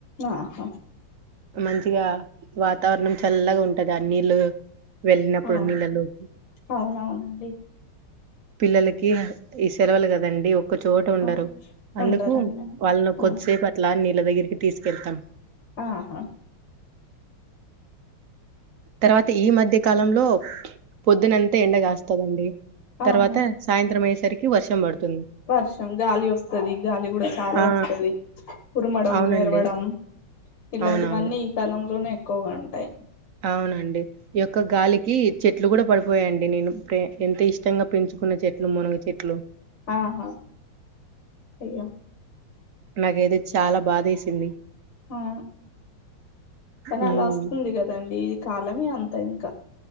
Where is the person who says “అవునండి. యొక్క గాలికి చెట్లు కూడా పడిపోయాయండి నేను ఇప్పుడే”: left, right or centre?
Right